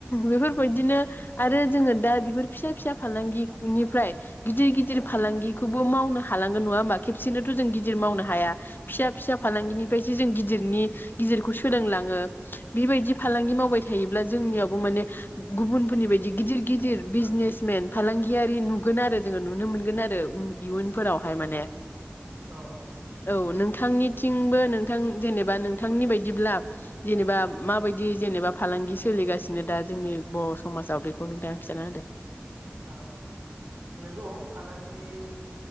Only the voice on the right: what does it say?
उम
औ
आ नोंगौ फालांगि गि